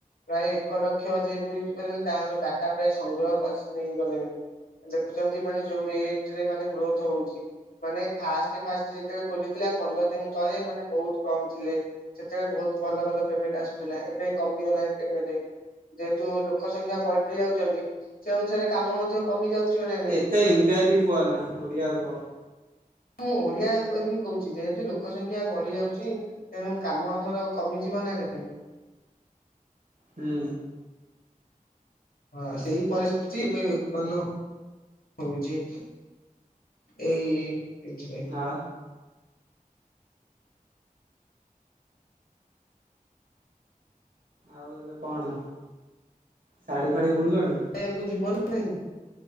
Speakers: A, on the left (about 85°); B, on the right (about 75°).
A: ପ୍ରାୟ ଏକ ଲକ୍ଷ ଯେହେତୁ ୟଜ୍ କଲେ ତାଙ୍କର ଡାଟା ପ୍ରାୟ ସଂଗ୍ରହ କରି ନେଇ ଗଲେଣି। ଦେଖୁଛନ୍ତି ମାନେ ଯୋଉ ରେଟ ରେ ମାନେ ଗ୍ରୋଥ ହଉଛି। ମାନେ ଫାଷ୍ଟ ଫାଷ୍ଟ ଯେତେବେଳେ ଖୋଲିଥିଲା। ପନ୍ଦର ଦିନି ତଳେ ମାନେ ବହୁତ କମ ଥିଲେ। ସେତେବେଳେ ବହୁତ ଭଲ ଭଲ ପେମେଣ୍ଟ ଆସୁଥିଲା। ଏବେ କମି ଗଲାଣି ପେଟେଣ୍ଟ। ଯେହେତୁ ଲୋକ ସଂଖ୍ୟା ବଢି ଯାଉଛନ୍ତି। ସେ ଅନୁସାରେ କାମ ମଧ୍ୟ କମି ଯାଉଛି। ନା ନାଇଁ।
B: ଏତେ ଇଂରାଜୀ କୁହ ନା ଓଡିଆ କୁହ।
A: ମୁଁ ଓଡିଆ ହିଁ କହୁଛି ଯେହେତୁ ଲୋକ ସଂଖ୍ୟା ବଢି ଯାଉଛି। ତେଣୁ କାମ ଆମର କମିଯିବ ନା ନାଇଁ।
B: ହୁଁ।
A: ହଁ ସେଇ ପରିସ୍ଥିତି ଏବେ ଉତ୍ପନ୍ନ ହଉଛି। ଏଇ ଏଇଥିରେ।
B: ହଁ। ଆଉ ଏବେ କଣ ଶାଢୀ ଫାଢି ବୁଲିଲଣି?
A: ଖାଇବାକୁ ଯିବ ନା ନାହିଁ।